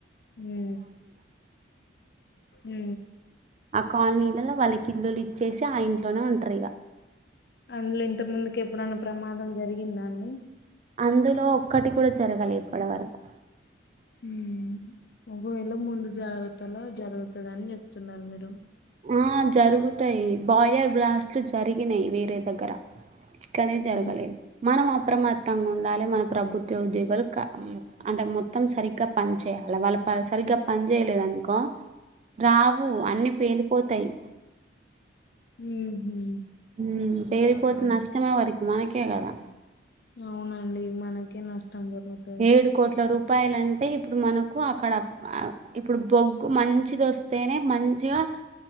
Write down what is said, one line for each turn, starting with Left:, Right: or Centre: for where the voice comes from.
Left: ఊ ఊ
Right: ఆ కాలనీలలో వాళ్ళకి ఇల్లులు ఇచ్చేసి ఆ ఇంట్లోనే ఉంటారు ఇగ
Left: అందులో ఇంతకముందుకి ఎప్పుడైన్నా ప్రమాదం జరిగిందండి
Right: అందులో ఒక్కటి కూడా జరగలేదు ఇప్పటి వరకు
Left: ఊ ఒకవేళ ముందు జాగ్రత్తలో జరుగుతది అని చెప్తున్నారు మీరు
Right: ఆ జరుగుతాయి బాయిలర్ బ్లాస్ట్లు జరిగినాయి వేరే దగ్గర ఇక్కడే
Left: ఉమ్
Right: జరగలే మనం అప్రమత్తంగా ఉండాలి మన ప్రభుత్వ ఉద్యోగలు క ఉ అంటే మొత్తం సరిగ్గా పని చేయాలి వాళ్ళు ప సరిగ్గా పని చేయలేదునుకో రా ఉ అన్ని పేలిపోతాయి
Left: ఉహు
Right: ఊ పెలిపోతే
Left: అలానా
Right: నష్టం ఎవరికి మనకే కదా
Left: అవునండి మనకే నష్టం జరుగుతుంది
Right: ఏడు కోట్ల రూపాయలు అంటే ఇప్పుడు మనకు అక్కడ ఆవ్ ఇప్పుడు బొగ్గు మంచిది వొస్తేనే మంచిగా